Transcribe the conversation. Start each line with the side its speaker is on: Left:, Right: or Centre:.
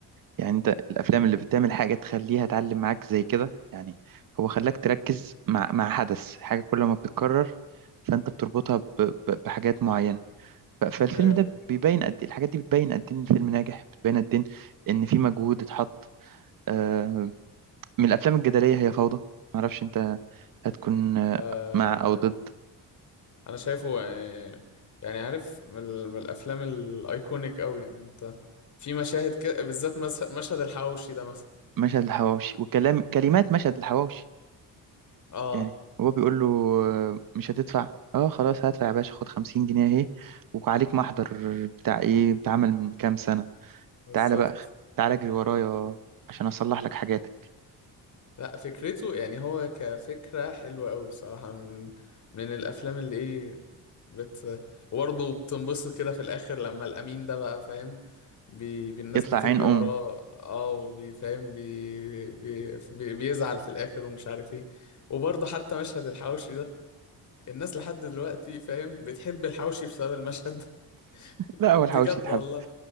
Right: يعني انت الافلام اللي بتعمل حاجه تخليها تعلم
Left: مم.
Right: معاك زي كده يعني هو خلاك تركز مع مع حدث حاجه كل ما بتتكرر فانت بتربطها ب... ب... بحاجات معينه ف... فالفيلم
Left: أيوه
Right: ده بيبين قد ايه الحاجات دي بتبين قد ايه ان الفيلم ناجح بتبين قد ايه ان في مجهود اتحط آه، من الافلام الجدليه هي فوضى معرفش انت هتكون آه،
Left: آه...
Right: مع او ضد
Left: أنا شايفه يعني, يعني عارف من, ال... من الأفلام الأيكونيك أوي يعني أنت في مشاهد كده بالذات مس... مشهد الحواوشي ده مثلا
Right: مشهد الحواوشي وكلام كلمات مشهد الحواوشي
Left: أه
Right: يعني هو بيقول له آه، مش هتدفع اه خلاص هدفع يا باشا خد خمسين جنيه اهي وعليك محضر بتاع ايه بتعمل من كام سنة
Left: بالظبط
Right: تعالى بقى تعالى اجري ورايا عشان اصلح لك حاجاتك
Left: لا فكرته يعني هو كفكرة حلوة أوي الصراحة من من الأفلام اللي إيه بت وبرضه بتنبسط كده في الآخر لما الأمين ده بقى فاهم بي... بي- الناس
Right: يطلع
Left: بتجري
Right: عين امه
Left: وراه اه وبي- فاهم بي... بي... بي... بيزعل في الآخر ومش عارف إيه وبرضه حتى مشهد الحواوشي ده الناس لحد دلوقتي فاهم بتحب الحواوشي بسبب المشهد ده <laughs>
Right: لا هو
Left: بجد
Right: الحواوشي يتحب
Left: والله